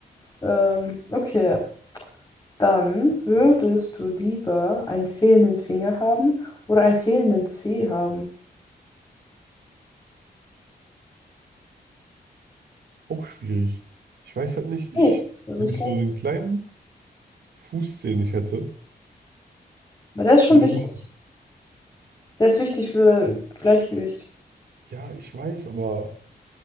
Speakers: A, on the left; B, on the right.
A: Ähm, okay. Dann würdest du lieber einen fehlenden Finger haben oder einen fehlenden Zeh haben?
B: Auch schwierig. Ich weiß halt nicht,
A: geht.
B: ich,
A: Also
B: wenn
A: ich
B: ich
A: glaube,
B: so den kleinen Fuß, den ich hätte,
A: aber der ist schon
B: würde
A: wichtig.
B: mich.
A: Der ist wichtig für Gleichgewicht.
B: Ja, ich weiß, aber